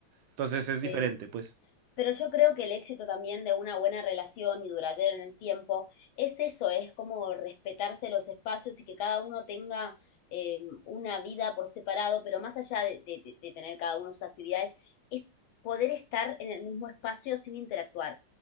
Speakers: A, on the right; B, on the left.
A: Entonces es
B: sí.
A: diferente, pues.
B: Pero yo creo que el éxito también de una buena relación y duradera en el tiempo es eso, es como respetarse los espacios y que cada uno tenga eh, una vida por separado, pero más allá de, de- de- de tener cada uno sus actividades, es poder estar en el mismo espacio sin interactuar.